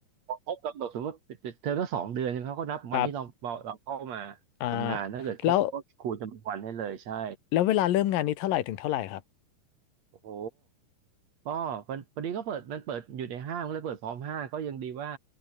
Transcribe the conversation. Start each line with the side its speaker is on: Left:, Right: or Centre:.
Right: พอครบกำหนดสมมติว่าเทอมละสองเดือนใช่ไหมเขาก็นับวันที่เราเราเราเข้ามา
Left: ครับอ่า
Right: ทำงานถ้าเกิดครบก็คูณจำนวนวันให้เลยใช่
Left: แล้วแล้วเวลาเริ่มงานนี้เท่าไหร่ถึงเท่าไหร่ครับ
Right: โอ้โหก็มันพอดีก็เปิดมันเปิดอยู่ในห้างก็เลยเปิดพร้อมห้างก็ยังดีว่า